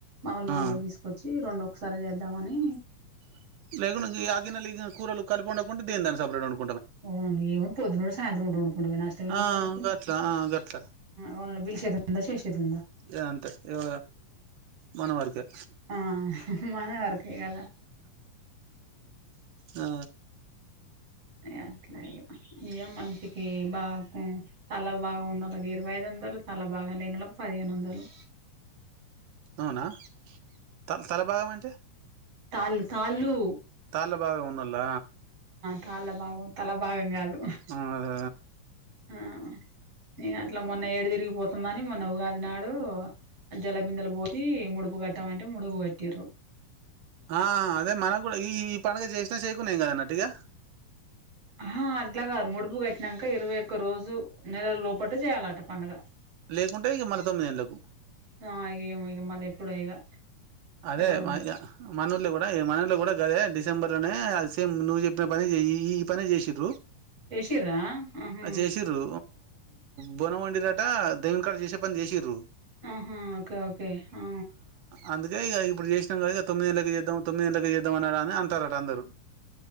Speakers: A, on the right; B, on the right.
A: మామూలు మామలు
B: ఆ.
A: తీసుకోచ్చి రెండు ఒకసారి రానీ
B: <unintelligible> ఆ గిన్నెలు ఈ గిన్నెలు కూరలు కలిపివండకుంటే దేని కది సపరేటు వండు
A: <unintelligible> పొద్దున, సాయంత్రం పూట వండుకుంటాం నష్టమేముంది
B: ఆ
A: మనకు
B: గట్లా ఆ గట్లా
A: వాళ్ళు బిషెసుందా, చేశేదుందా
B: ఇగ అంతే ఇగ మన వరకే
A: ఆ మరి అంతే కదా
B: ఆ
A: ఏ అట్లాగే ఇగ మనిషికి బాపు తల భాగం ఉన్నోళ్లకి ఇరవై ఐదు వందలు తల భాగం లేనోళ్ళకి పదిహేను వందలు
B: అవునా త తలభాగం అంటే
A: తాల్ కాళ్లు
B: తల భాగం ఉన్నోళ్ల
A: తాళ్ళ భాగం తల భాగం కాదు
B: ఆ అదే
A: ఆ ఇగ అట్లా మొన్న ఏడు తిరిగిపోతుందని మొన్న ఉగాది నాడు జలబిందలు పోసి ముడుపు కట్టమంటే ముడుపు కట్టిర్రు
B: ఆ అదే మనకు కూడా ఈ ఈ పండుగ చేసినా చేయకున్నా ఏం కాదన్నట్టుగా
A: అహ అట్ల కాదు ముడుపు కట్టిినాక ఇరవై ఒక్క రోజు నెల లోపటు చేయాలట పండుగ
B: లేకుంటే ఇగ మళ్ళ తొమ్మిదేండ్లకు
A: ఆ ఏమో ఇగ మళ్ళ ఎప్పుడో ఇగ
B: అదే
A: తెలవదు
B: మ
A: ఇగ
B: మనఊర్లో కూడా ఈ మనర్లో కూడా కదే డిసెంబర్ లోనే ఏ సేమ్ నువ్వు చెప్పిన పనే చే ఈ పనే చేసిండ్రు
A: చేసిర్రా ఆహా
B: ఆ చేసిండ్రు బోనం వండిరా దేవునికాడ చేసే పని చేసిర్రు
A: ఆహా ఓకే ఓకే ఆ
B: అందుకనే ఇగ ఇప్పుడు చేసినామ్ కదా ఇగ తొమ్మిది గంటలకి తొమ్మిది గంటలకి చేద్దాం అని అంటారట అందరు